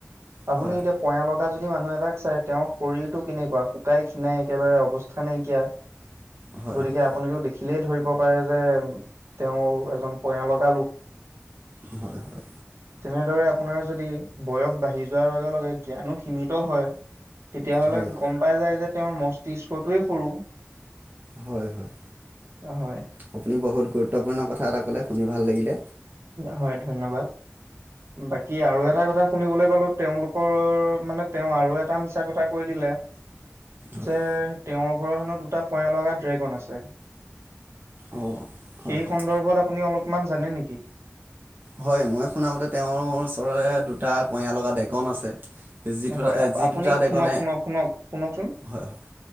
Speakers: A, on the right; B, on the right.
A: আপুনি
B: হয়
A: এতিয়া পয়া লগা যদি মানুহ এটাক চাই তেওঁৰ শৰীৰটো কেনেকুৱা শুকাই খিনাই একেবাৰে অৱস্থা নাইকিয়া।
B: হয়
A: গতিকে
B: হয়
A: আপোনিটো দেখি দেখিলেই ধৰিব পাৰে যে, তেওঁ এজন পয়া লগা লোক।
B: হয় হয়
A: তেনেদৰে আপোনাৰ যদি বয়স বাঢ়ি যোৱাৰ লগে লগে জ্ঞানো সীমিত হয় তেতিয়াাহ'লে
B: হয়
A: গম পাই যায় যে তেওঁৰ মস্তিষ্কটোৱে সৰু।
B: হয় হয়।
A: হয়
B: আপুনি বহুত গুৰুত্বপূৰ্ণ কথা এটা কলে শুনি ভাল লাগিলে।
A: হয়, ধন্যবাদ। বাকী আৰু এটা কথা শুনিবলৈ পালো, তেওঁলোকৰ মানে তেওঁ আৰু এটা মিছা কথা কৈ দিলে <inaudible>
B: হয়
A: যে তেওঁৰ ঘৰত হেনো দুটা পয়া লগা ড্ৰেগন আছে।
B: অঁ হয়
A: সেই
B: হয়
A: সন্দৰ্ভত আপুনি অলপমান জানে নেকি?
B: হয় মই শুনামতে তেওঁৰ ওচৰৰে দুটা পয় লগা দেগন আছে। যিটো
A: হয়,
B: যি
A: আপুনি
B: দুটা ডেকনে
A: শুনক শুনক শুনক শুনকচোন।
B: হয় হয়